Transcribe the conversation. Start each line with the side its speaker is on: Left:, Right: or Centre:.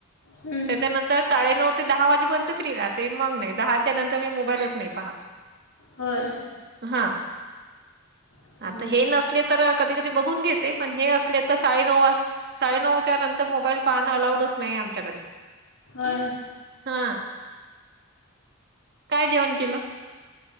Left: हम्म
Right: त्याच्यानंतर. तर साडे नऊ ते दहा वाजेपर्यंत फ्री राहते मग नाही दहाच्या नंतर मी मोबाईलच नाही पाहत.
Left: होय
Right: हा.
Left: हा.
Right: आता हे नसले तर कधी कधी बघून घेते पण हे असले तर साडे नऊ वाज. साडे नऊच्या नंतर मोबाईल पाहणं अलाऊडच नाही आमच्याकडे
Left: होय
Right: हा काय जेवण केलं